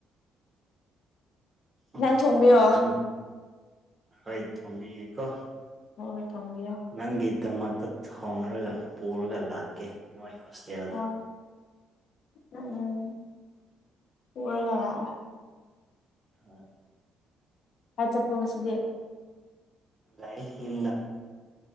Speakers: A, on the right; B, on the left.
A: ꯎꯝ
B: ꯅꯪ ꯊꯣꯡꯕꯤꯌꯣ
A: ꯑꯦꯛꯖꯝ ꯍꯥꯏꯣꯏ ꯊꯣꯡꯕꯤꯒꯦ ꯀ
B: ꯍꯣꯏ ꯍꯣꯏ ꯊꯣꯡꯕꯤꯔꯣ
A: ꯅꯪꯒꯤꯗꯃꯛꯇ ꯊꯣꯡꯔꯒ ꯄꯨꯔꯒ ꯂꯥꯛꯀꯦ ꯅꯣꯏ ꯍꯣꯁꯇꯦꯜꯗ
B: ꯍꯣꯏ ꯎꯝ ꯄꯨꯔꯒꯥ ꯂꯥꯛ ꯑꯣ
A: ꯍꯣꯏ
B: ꯍꯥꯏꯠ ꯆꯠꯄ꯭ꯔꯣ ꯉꯁꯤꯗꯤ
A: ꯑꯗꯨꯥꯏ ꯅꯤꯡꯗ <unintelligible>